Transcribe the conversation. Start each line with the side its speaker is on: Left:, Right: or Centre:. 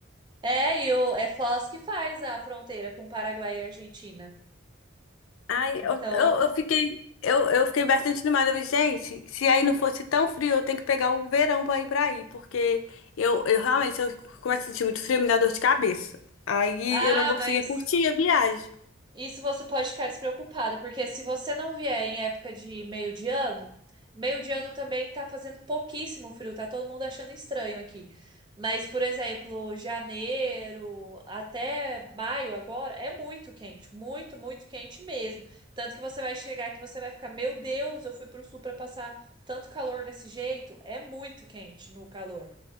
Right: É, e o, é Foz que faz a fronteira com Paraguai e Argentina.
Left: Ai,
Right: Então.
Left: eu, eu, eu fiquei, eu, eu fiquei bastante animada. Eu falei, gente, se aí não fosse tão frio, eu tenho que pegar o verão para ir para aí, porque eu, eu realmente, eu começo a sentir muito frio, me dá dor de cabeça. Aí
Right: Ah,
Left: eu não vou conseguir
Right: mas
Left: curtir a viagem.
Right: Isso você pode ficar despreocupada, porque se você não vier em época de meio de ano, meio de ano também tá fazendo pouquíssimo frio, tá todo mundo achando estranho aqui. Mas, por exemplo, janeiro até maio agora é muito quente, muito, muito quente mesmo. Tanto que você vai chegar aqui, você vai ficar, meu Deus, eu fui pro sul para passar tanto calor desse jeito. É muito quente no calor.